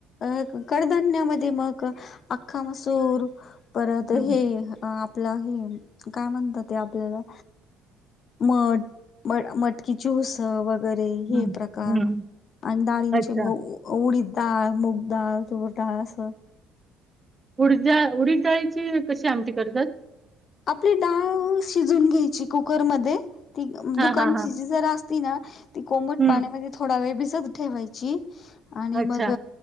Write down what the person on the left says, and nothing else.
अ कडधान्यांमंध्ये मंग अंख्खा मसूर परंत
हे अ आपलं हे कायं म्हणतांत ते आपल्यांला मंठ म मटंकी कि ज्यूस वगैरें हे
प्रकार
आणि डाळींचे
उडी डाळं मुंगडाळं तुवंर डाळं असं
आपली डाळं शिजूंन घ्यांयची कुकरमंध्ये ती
दुकांनची
जी जरा असती नां ती कोमंट
प्राण्यांमध्ये थोडा वेळं भिजंत ठेवांयची आणि
मंग